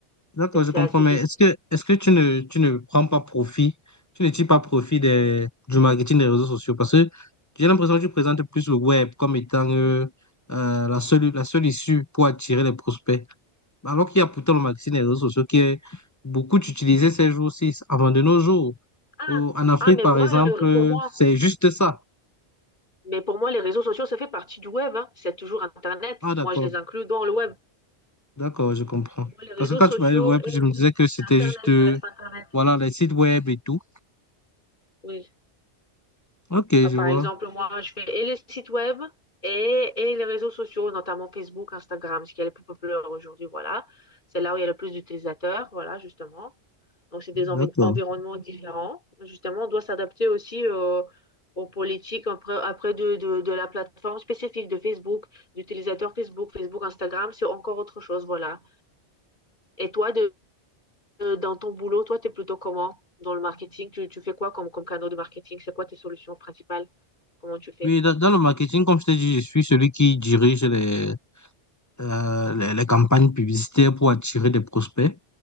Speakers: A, on the left (about 25°); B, on the left (about 45°).
A: D'accord,
B: Et
A: je
B: C'est
A: comprends,
B: assez
A: mais
B: dynamique.
A: est-ce que, est-ce que tu ne, tu ne prends pas profit, tu ne tires pas profit des, du marketing des réseaux sociaux? Parce que j'ai l'impression que tu présentes plus le web comme étant euh, euh, la seule, la seule issue pour attirer les prospects. Alors qu'il y a pourtant le marketing des réseaux sociaux qui est beaucoup utilisé ces jours-ci, avant de nos jours.
B: Ah,
A: Au- en Afrique,
B: ah, mais
A: par
B: moi,
A: exemple,
B: le-
A: euh,
B: pour moi,
A: c'est juste ça.
B: mais pour moi, les réseaux sociaux, ça fait partie du web, hein. C'est toujours Internet.
A: Ah, d'accord,
B: Moi, je les inclus dans le web.
A: d'accord, je comprends.
B: Pour moi, les réseaux
A: Parce que quand
B: sociaux
A: tu parlais de web,
B: et
A: je
B: le
A: me disais
B: web,
A: que c'était
B: c'est Internet,
A: juste, euh,
B: ça reste Internet.
A: voilà, les sites web et tout.
B: Oui.
A: Ok,
B: Euh, Par
A: je vois.
B: exemple, moi, je fais et les sites web et, et les réseaux sociaux, notamment Facebook, Instagram, ce qui est le plus populaire aujourd'hui, voilà. C'est là où il y a le plus d'utilisateurs, voilà, justement. Donc, c'est des envi-
A: D'accord.
B: environnements différents. Justement, on doit s'adapter aussi euh, aux politiques après, après de, de, de la plateforme spécifique de Facebook, d'utilisateur Facebook, Facebook, Instagram, c'est encore autre chose, voilà. Et toi, de, de- dans ton boulot, toi, tu es plutôt comment dans le marketing? Tu, tu fais quoi comme, comme canal de marketing? C'est quoi tes solutions principales? Comment tu fais?
A: Oui, dans, dans le marketing, comme je t'ai dit, je suis celui qui dirige les, euh, les, les campagnes publicitaires pour attirer des prospects.